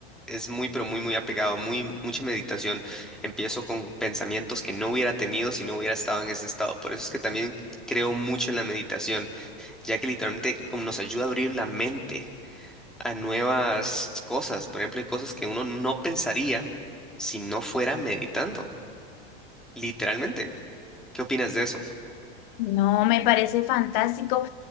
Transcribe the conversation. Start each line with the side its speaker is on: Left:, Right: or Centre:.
Centre: es muy, pero muy, muy apegado, muy, mucha meditación. Empiezo con pensamientos que no hubiera tenido si no hubiera estado en ese estado. Por eso es que también creo mucho en la meditación, ya que literalmente como nos ayuda a abrir la mente a nuevas cosas. Por ejemplo, hay cosas que uno no pensaría si no fuera meditando. Literalmente. ¿Qué opinas de eso?
Left: No, me parece fantástico.